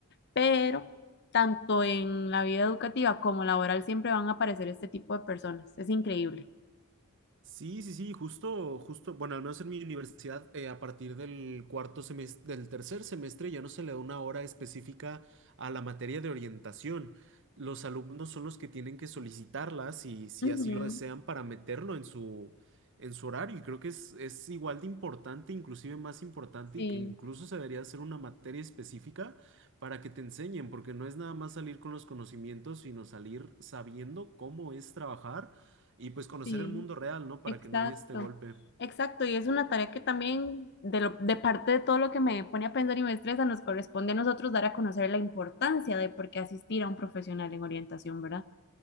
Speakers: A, on the left (about 50°); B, on the right (about 55°).
A: Pero tanto en la vida educativa como laboral siempre van a aparecer este tipo de personas. Es increíble.
B: Sí, sí, sí, justo, justo, bueno, al menos en mi universidad, eh, a partir del cuarto semestre, del tercer semestre, ya no se le da una hora específica a la materia de orientación. Los alumnos son los que tienen que solicitarla, si, si
A: Ujú,
B: así lo desean, para meterlo en su, en su horario. Y creo que es, es igual de importante, inclusive más importante,
A: Sí,
B: y que incluso se debería hacer una materia específica para que te enseñen, porque no es nada más salir con los conocimientos, sino salir sabiendo cómo es trabajar y pues conocer
A: sí,
B: el mundo real, ¿no? Para
A: exacto.
B: que no haya este golpe.
A: Exacto, y es una tarea que también de, lo- de parte de todo lo que me pone a pensar y me estresa, nos corresponde a nosotros dar a conocer la importancia de por qué asistir a un profesional en orientación, ¿verdad?